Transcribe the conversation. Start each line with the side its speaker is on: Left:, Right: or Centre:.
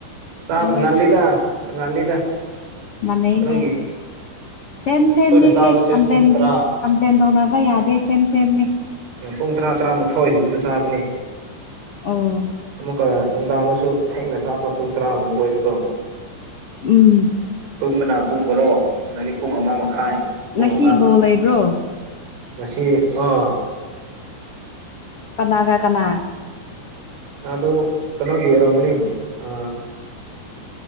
Right: ꯆ
Left: ꯑꯣ
Right: ꯉꯜꯂꯤꯗ ꯉꯜꯂꯤꯗ
Left: ꯃꯅꯩꯅꯦ
Right: ꯅꯣꯏꯒꯤ
Left: ꯁꯦꯝ
Right: ꯑꯩꯈꯣꯏꯅ
Left: ꯁꯦꯝꯅꯤꯁꯦ
Right: ꯆꯥꯕꯁꯦ
Left: ꯀꯝꯄ꯭ꯂꯦꯟ
Right: ꯄꯨꯡ ꯇꯔꯥ
Left: ꯀꯝꯄ꯭ꯂꯦꯟ ꯇꯧꯅꯕ ꯌꯥꯗꯦ ꯁꯦꯝ ꯁꯦꯝꯅꯤ
Right: ꯄꯨꯡ ꯇꯔꯥ ꯇꯔꯥꯃꯥꯊꯣꯏꯒꯨꯝꯕꯗ ꯆꯥꯕꯅꯦ
Left: ꯑꯣ
Right: ꯑꯃꯨꯛꯀ ꯅꯨꯡꯗꯥꯡꯗꯁꯨ ꯊꯦꯡꯅ ꯆꯥꯕ ꯄꯨꯡ ꯇꯔꯥꯒꯨꯝꯕ ꯑꯣꯏꯗꯀꯣ
Left: ꯎꯝ
Right: ꯇꯨꯝꯕꯅ ꯄꯨꯡ ꯕꯣꯔꯣ ꯑꯗꯒꯤ ꯄꯨꯡ ꯑꯃ ꯃꯈꯥꯏ ꯄꯨꯡ
Left: ꯉꯁꯤ
Right: ꯑꯃ
Left: ꯕꯣꯜ ꯂꯩꯕ꯭ꯔꯣ
Right: ꯃꯁꯤꯁꯤ ꯑꯥ
Left: ꯀꯅꯥꯒ ꯀꯅꯥ
Right: ꯑꯣ ꯀ ꯅꯒꯦ ꯔꯒꯅꯤ ꯑ